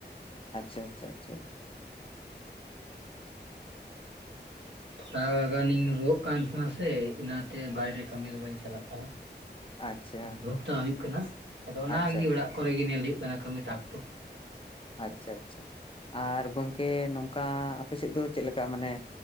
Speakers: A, on the left (about 30°); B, on the right (about 85°).
A: ᱟᱪᱪᱷᱟ ᱟᱪᱪᱷᱟ ᱟᱪᱪᱷᱟ
B: ᱛᱷᱚᱲᱟ ᱜᱟᱱᱤᱧ ᱨᱩᱣᱟᱹᱜ ᱠᱟᱱ ᱛᱟᱦᱮᱸᱱᱟ ᱥᱮ ᱤᱱᱟᱛᱮ ᱵᱟᱭᱨᱮ ᱠᱟᱹᱢᱤ ᱫᱚ ᱵᱟᱹᱧ ᱪᱟᱞᱟᱜ ᱠᱟᱱᱟ᱾
A: ᱟᱪᱪᱷᱟ
B: ᱛᱚ ᱦᱩᱭᱩᱜ ᱠᱟᱱᱟ ᱟᱫᱚ ᱚᱱᱟᱜᱮ
A: ᱟᱪᱪᱷᱟ ᱟᱪᱪᱷᱟ
B: ᱚᱲᱟᱜ ᱠᱚᱨᱮ ᱜᱮ ᱧᱮᱞ ᱦᱩᱭᱩᱜ ᱠᱟᱱᱟ ᱠᱟᱹᱢᱤ ᱴᱟᱠ ᱴᱩᱠ᱾
A: ᱟᱪᱪᱷᱟ ᱟᱪᱪᱷᱟ ᱟᱨ ᱜᱚᱢᱠᱮ ᱱᱚᱝᱠᱟ ᱟᱯᱮ ᱥᱮᱫ ᱫᱚ ᱪᱮᱫᱞ ᱞᱮᱠᱟ ᱢᱟᱱᱮ